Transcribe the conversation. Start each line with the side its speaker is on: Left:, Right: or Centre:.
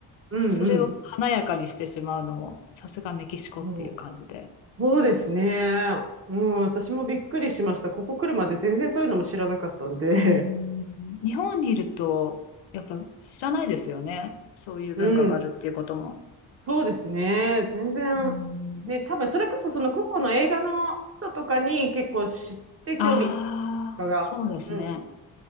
Right: うん、
Left: それを華やかにしてしまうのも、
Right: うん。
Left: さすがメキシコっていう感じで。
Right: そう、そうですね。うん、私もびっくりしました。ここ来るまで全然そういうのも知らなかったんで。
Left: うーん、日本にいると、やっぱ知らないですよね。そういう文化があるっていうことも。
Right: <laughs> うん、そうですね。全然、
Left: うーん、
Right: ね、多分それこそその個々の映画の人とかに結構知って興味と
Left: ああ、
Right: かが。
Left: そうですね。
Right: うん。